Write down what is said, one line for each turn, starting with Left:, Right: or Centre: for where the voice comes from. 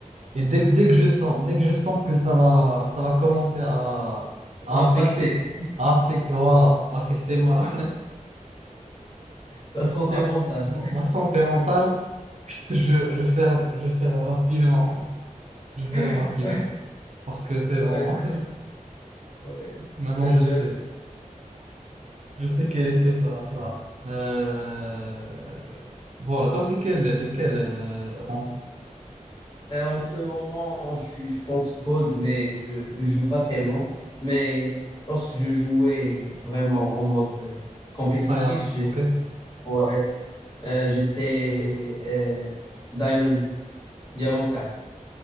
Right: Et dès, que- dès que je sens, dès que je sens que ça va, ça va commencer à, à
Left: Ça va
Right: affecter,
Left: impacter
Right: à affecter, voilà, affecter ma,
Left: la
Right: <laughs>
Left: santé
Right: ma,
Left: mentale.
Right: ma santé mentale, chut, je, je ferme, je ferme rapidement, <laughs> je
Left: <laughs>
Right: ferme rapidement, parce que c'est
Left: Ouais,
Right: bon. <laughs>
Left: ouais,
Right: Maintenant,
Left: c'est un
Right: je
Left: jeu
Right: sais,
Left: assez-
Right: je sais quel effet ça, a, ça. a. Euh, Voilà, toi, t'es quel, t'es quel euh, rang?
Left: Euh, en ce moment, je suis, je pense gold, mais je, je joue pas tellement. Mais lorsque je jouais vraiment en mode euh, compétitif,
Right: Tryhard,
Left: j'étais
Right: ok?
Left: ouais, euh, j'étais euh, Diamond, Diamant 4.